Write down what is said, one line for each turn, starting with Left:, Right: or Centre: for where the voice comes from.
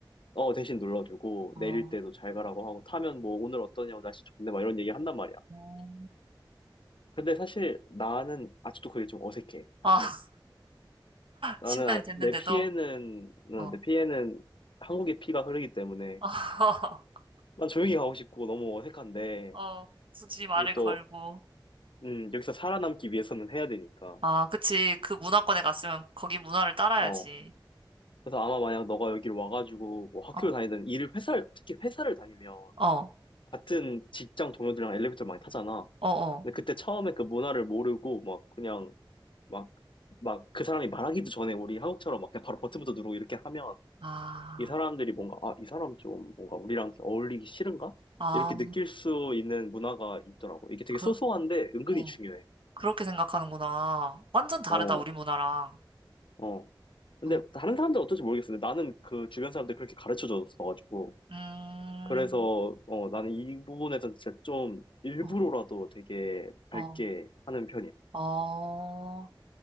Left: 어, 대신 눌러주고,
Right: 어.
Left: 내릴 때도 잘 가라고 하고, 타면 뭐, 오늘 어떠냐고, 날씨 좋네, 막 이런 얘기 한단 말이야.
Right: 어.
Left: 근데 사실 나는 아직도 그게 좀 어색해,
Right: 아,
Left: 사실. 나는,
Right: 10년이
Left: 아-
Right: 됐는데도,
Left: 내 피에는, 음,
Right: 어.
Left: 내 피에는 한국의 피가 흐르기 때문에,
Right: <laughs>
Left: 난 조용히 가고 싶고, 너무 어색한데,
Right: 어, 굳이 말을
Left: 이게 또,
Right: 걸고.
Left: 음, 여기서 살아남기 위해서는 해야 되니까.
Right: 아, 그치. 그 문화권에 갔으면 거기 문화를 따라야지.
Left: 어, 그래서 아마 만약 너가 여기를 와가지고 뭐 학교를
Right: 어,
Left: 다니든 일을 회사를 특히 회사를 다니면
Right: 어,
Left: 같은 직장 동료들이랑 엘리베이터를 많이 타잖아.
Right: 어, 어.
Left: 근데 그때 처음에 그 문화를 모르고 막 그냥 막 막 그 사람이 말하기도 전에 우리 한국처럼 막 그냥 바로 버튼부터 누르고 이렇게 하면
Right: 아,
Left: 이 사람들이 뭔가 아, 이 사람 좀 뭔가 우리랑 어울리기 싫은가?
Right: 아,
Left: 이렇게 느낄 수 있는 문화가 있더라고. 이게 되게
Right: 그,
Left: 소소한데 은근히
Right: 어,
Left: 중요해.
Right: 그렇게 생각하는구나. 완전 다르다,
Left: 어,
Right: 우리 문화랑.
Left: 어. 근데
Right: 어,
Left: 다른 사람들 은 어떨지 모르겠어. 근데 나는 그 주변 사람들 그렇게 가르쳐 줬어가지고.
Right: 음,
Left: 그래서 어, 나는 이 부분에서 진짜 좀 일부러라도
Right: 어,
Left: 되게 밝게
Right: 어,
Left: 하는 편이야.
Right: 어.